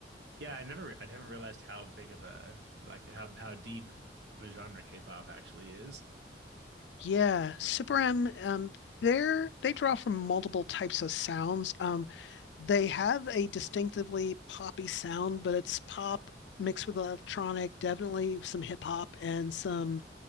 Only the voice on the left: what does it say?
Yeah, Super M, um, they're, they draw from multiple types of sounds. Um, they have a distinctively poppy sound, but it's pop mixed with electronic, definitely some hip hop and some